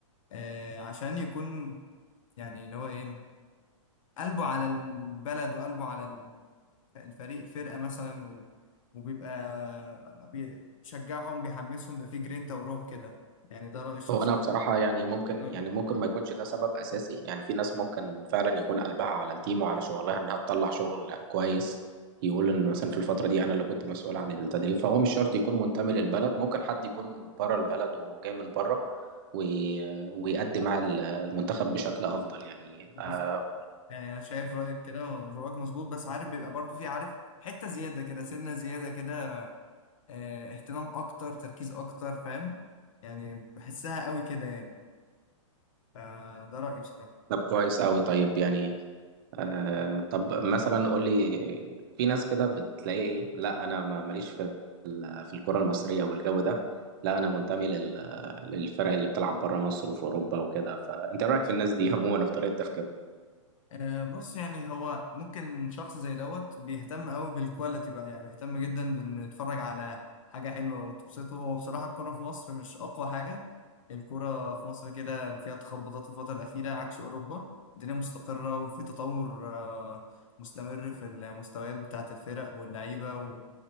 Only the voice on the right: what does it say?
هو أنا بصراحة يعني ممكن
يعني ممكن ما يكونش ده سبب أساسي يعني في ناس ممكن فعلا يكون قلبها على التيم وعلى شغلها إنها تطلع شغل كويس يقول إن مثلا في الفترة دي أنا اللي كنت مسؤول عن التدريب فهو مش شرط يكون منتمي للبلد ممكن حد يكون بره البلد وجاي من بره وي... ويأدي مع المنتخب بشكل أفضل يعني
آه،
طب كويس أوي طيب يعني آه طب مثلا قول لي في ناس كده بتلاقي ايه لا انا ما ماليش في ال- في الكرة المصرية والجو ده لا انا منتمي لل للفرق اللي بتلعب بره مصر وفي اوروبا وكده فانت إيه رايك في الناس دي عموما وفي طريقة تفكيرهم